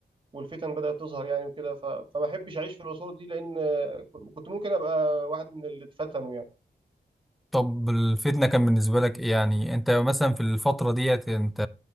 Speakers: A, on the right; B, in the centre.
A: والفتن بدأت تظهر يعني وكده ف... فما احبش اعيش في العصور دي لان كنت كنت ممكن ابقى واحد من اللي اتفتنوا يعني
B: طب الفتنة كان بالنسبة لك ايه يعني انت مثلا في الفترة ديت انت